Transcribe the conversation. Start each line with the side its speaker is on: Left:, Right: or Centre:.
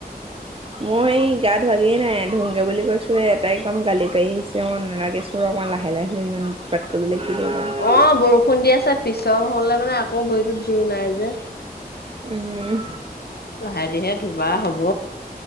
Right: মোৰ এই গা ধুৱাগেই নাই ধুংগে বুলি কৈছো এ- তাই একদম গালি পাৰি আহিছে মই নেলাগেছ ৰ' অকণমান লাহে-লাহে ইমান উৎপাত কৰিবলৈ কি বাৰু!
Left: অ' বৰষুণ দি আছে পিছল হ'লে মানে আকৌ ভৰিটোত জোৰ নাই যে।
Right: উম্
Left: লাহে ধিৰে ধুবা হ'ব!